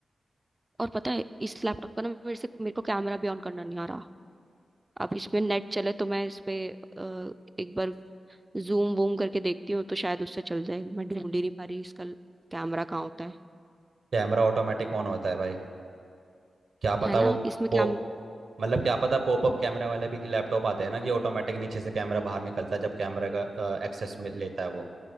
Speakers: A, on the right; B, on the right.
A: और पता है इस लैपटॉप का ना मेरे से मेरे को कैमरा भी ऑन करना नहीं आ रहा अब इसमें नेट चले तो मैं इस पे अ, एक बार जूम वूम करके देखती हूँ तो शायद उससे चल जाए मैं ढूंढ ही नहीं पा रही इसका कैमरा कहाँ होता है
B: कैमरा ऑटोमेटिक ऑन होता है भाई क्या पता
A: है
B: वो
A: ना इसमें
B: पॉप
A: कैम
B: मतलब क्या पता पॉपअप कैमरा वाले भी लैपटॉप आते हैं ना कि ऑटोमेटिक नीचे से कैमरा बाहर निकलता है जब कैमरे का एक्सेस लेता है वो